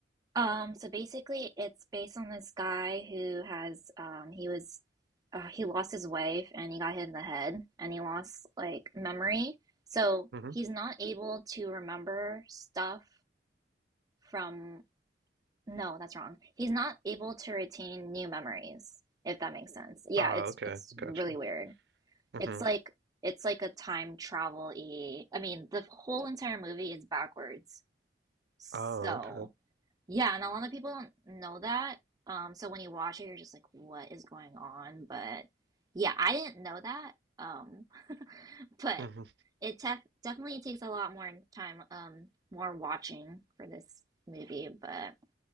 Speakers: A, on the right (about 20°); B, on the right (about 65°).
A: Um, so basically, it's based on this guy who has um, he was uh, he lost his wife and he got hit in the head and he lost like memory. So
B: hmm
A: he's not able to remember stuff from. No, that's wrong. He's not able to retain new memories, if that makes sense. Yeah,
B: Ah,
A: it's
B: okay,
A: it's
B: gotcha.
A: really weird.
B: hmm
A: It's like it's like a time travel-y. I mean, the whole entire movie is backwards. So.
B: Oh, okay.
A: Yeah, and a lot of people don't know that. Um, so when you watch it, you're just like, what is going on? But yeah, I didn't know that. Um, <laughs> but
B: hmm
A: it tef definitely takes a lot more time, um, more watching for this movie. But